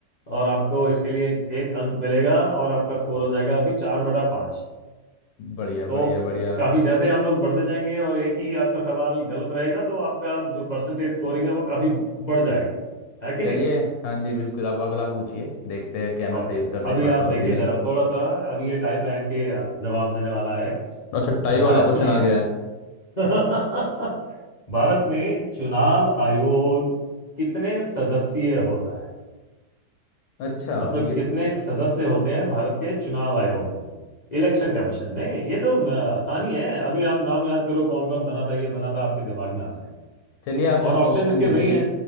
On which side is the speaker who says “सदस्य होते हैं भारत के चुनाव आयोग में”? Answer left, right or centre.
Left